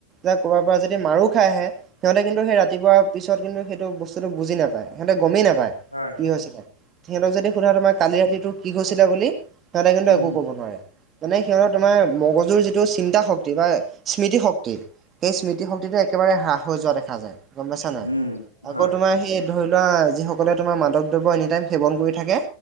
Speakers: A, on the right; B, on the left.
A: য ক'ৰবাৰ পৰা যদি মাৰো খাই আহে, সিহঁতে কিন্তু সেই ৰাতিপুৱাৰ পিছত কিন্তু সেইটো বস্তুটো বুজি নাপায়, সিহঁতে গমেই নাপায়।
B: হয়,
A: কি
B: হয়,
A: হৈছিলে। সিহঁতক যদি সোধা তোমাৰ কালি ৰাতিটো কি হৈছিলা বুলি সিহঁতে কিন্তু
B: উম,
A: একো ক'ব নোৱাৰে। মানে সিহঁতৰ তোমাৰ মগজুৰ যিটো চিন্তা শক্তি বা স্মৃতিশক্তি সেই স্মৃতিশক্তিটো একেবাৰে হ্ৰাস হৈ যোৱা দেখা যায় গম পাইছা নাই।
B: উম,
A: আকৌ
B: হয়,
A: তোমাৰ সেই ধৰিলোৱা, যি সকলে তোমাৰ মাদক দ্ৰৱ্য এনিটাইম সেৱন কৰি থাকে।